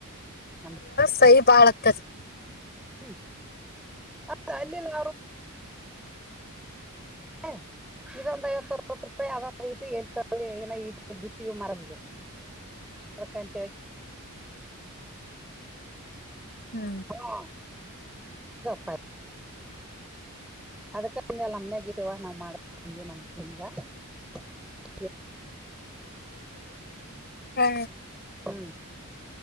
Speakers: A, in the centre; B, on the left.
A: ನ
B: ಸಹಿ ಬಾಳ್ ಆಗ್ತದ್
A: ಹ್ಮ್ ಹದಾ ಅಲ್ಲಿಲ್ಲ <inaudible> ಇದೊಂದ್ ಐವತ್ತು ಅರವತ್ತು ರೂಪಾಯಿ ಅದ <inaudible> <unintelligible> ಎಲ್ತ ಏ ಇ ಬುಟ್ಟಿ ಮರ ಇದು <unintelligible> <inaudible> ಹೊರಕಂತ
B: ಹ್ಮ್
A: ಹಾ ಗೊಪ್ಪಾಯ <unintelligible> ಅದ್ <unintelligible> ಕಿಂದೆಲ್ಲ ನಮ್ನೆಗೀವ ನಾವ್ ಮಾಡ ಬಂದಿವವಿ ನಮ ಹಂಗ <unintelligible>
B: ಹಾ
A: ಹ್ಮ್